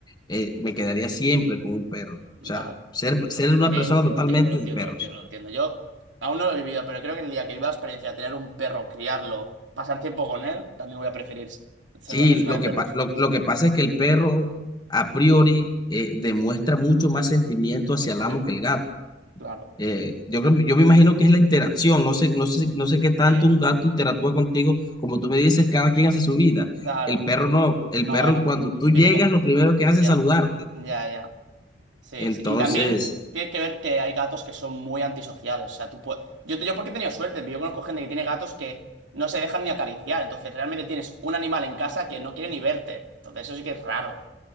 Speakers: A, on the left; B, on the right.
A: eh, me quedaría siempre con un perro. O
B: vale.
A: sea, ser, ser una
B: Sí,
A: persona
B: sí,
A: totalmente
B: lo entiendo, lo entiendo,
A: de perros.
B: lo entiendo, lo entiendo. Yo aún no lo he vivido, pero creo que el día que viva la experiencia de tener un perro, criarlo, pasar tiempo con él, también voy a preferir ser
A: Sí,
B: una persona
A: lo
B: de
A: que,
B: perros.
A: pa- lo, lo que pasa es que el perro a priori eh, demuestra mucho más sentimiento hacia
B: Sí,
A: el amo que el gato.
B: claro.
A: Eh, yo creo, yo me imagino que es la interacción, no sé, no sé, no sé qué tanto
B: Sí,
A: un gato interactúa contigo, como tú me dices, cada quien hace su vida.
B: claro.
A: El perro no, el
B: No,
A: perro
B: no.
A: cuando tú
B: Vive
A: llegas,
B: con...
A: lo primero que hace
B: Ya,
A: es saludarte.
B: ya, ya. Sí,
A: Entonces,
B: sí. Y también tienes que ver que hay gatos que son muy antisociales. O sea, tú puedes... Yo, yo porque he tenido suerte, pero yo conozco gente que tiene gatos que no se dejan ni acariciar. Entonces, realmente tienes un animal en casa que no quiere ni verte. Entonces, eso sí que es raro.